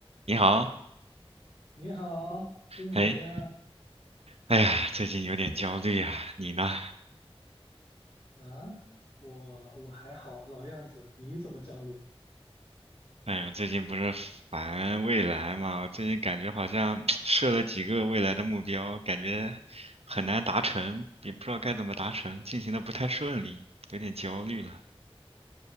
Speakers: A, on the right; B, on the left.
A: 你好，
B: 你好，最近怎么样
A: 哎，哎呀，最近有点焦虑啊，你呢？
B: 啊？我我还好，老样子。你怎么焦虑？
A: 哎呀，最近不是烦未来嘛，我最近感觉好像 <tsk> 设了几个未来的目标，感觉很难达成，也不知道该怎么达成，进行的不太顺利，有点焦虑了。